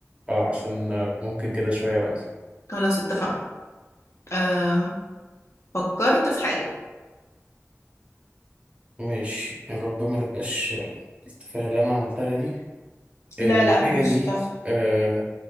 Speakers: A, on the right (about 25°); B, on the left (about 60°).
A: آه، عشان ممكن كده شوية وانزل
B: خلاص اتفقنا أه... فكرت في حاجة
A: ماشي يا رب ما تبقاش التفاهة اللي أنا عملتها دي الحاجة
B: لا لا مش
A: دي
B: تافهة
A: آه